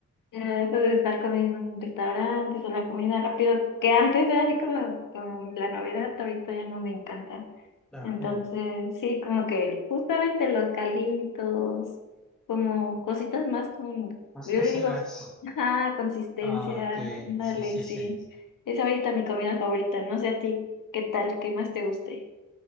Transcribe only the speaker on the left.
Ah, Eso de estar comiendo en restaurantes o la comida rápido, que antes era así como, como la novedad, ahorita ya no me encanta.
Entonces, sí, como que justamente los calitos, como cositas más con, yo
le
digo, ah, consistencia,
dale,
sí.
Es ahorita mi comida favorita, no sé a ti, ¿qué tal? ¿Qué más te guste?